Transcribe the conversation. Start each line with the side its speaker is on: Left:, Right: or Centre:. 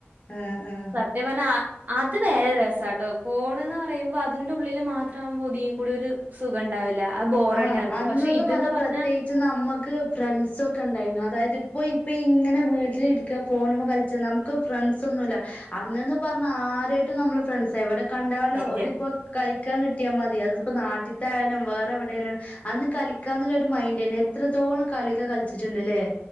Left: ആഹ് ആഹ്
Right: സത്യം പറഞ്ഞെ അത് വേറെ രസ ട്ട് പോണ് എന്ന് പറയുമ്പോ അതിന്റെ ഉള്ളില് മാത്രം ആവുമ്പോ ഒതുങ്ങി കൂടി ഒരു സുഖം ഉണ്ടാവില്ല അത് ബോറടിക്കാൻ
Left: ആഹ്
Right: തുടങ്ങും.
Left: അന്ന്ന്ന്
Right: പക്ഷെ ഇത്ന്ന്
Left: പറഞ്ഞ
Right: പറഞ്ഞാ
Left: പ്രത്യേകിച്ച് നമ്മുക്ക് ഫ്രണ്ട്സൊക്കെ ഉണ്ടായിരുന്നു അതായത് ഇപ്പ ഇപ്പ ഇങ്ങനെ വീട്ടില് ഇരിക്കുക ഫോണുമ്മെ കളിച്ചു നമുക്ക് ഫ്രണ്ട്സ് ഒന്നുമല്ല അന്ന്ന്ന് പറഞ്ഞ ആരായിട്ടും നമ്മള് ഫ്രണ്ട്സാ എവിടെ കണ്ടാലോ
Right: സത്യം.
Left: ഒരിപ്പോ കളി ക്കാൻ കിട്ടിയാൽ മതി അതിപ്പോ നാട്ടിത്തെയായാലും വേ റെവിടേലും അന്ന് കളിക്കാന്നുള്ളോരു മൈൻഡ് തന്നെ എത്രത്തോളം കളിയൊക്കെ കളിച്ചിട്ടുണ്ട് അല്ലേ.